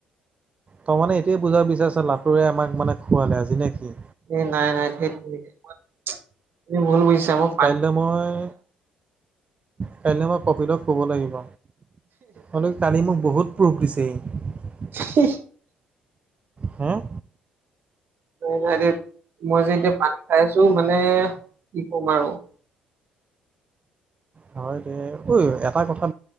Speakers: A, on the right; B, on the right.
A: তই মানে এইটোৱে বুজাব বিচাৰিছ লাটুৰে আমাক মানে খুৱালে আজি নে কি?
B: এই নাই-নাই ধেটটেৰি <unintelligible> তুমি ভূল বুজিছা মোক
A: কাইলৈ মই কাইলৈ মই কপিলক ক'ব লাগিব। হলোও কালি মোক বহুত প্ৰুফ দিছে হি।
B: <unintelligible>
A: হম
B: নাই-নাই ধেত মই যে এতিয়া পানী খাই আছো মানে কি কম আৰু।
A: হয় দে। ঐ এটা কথা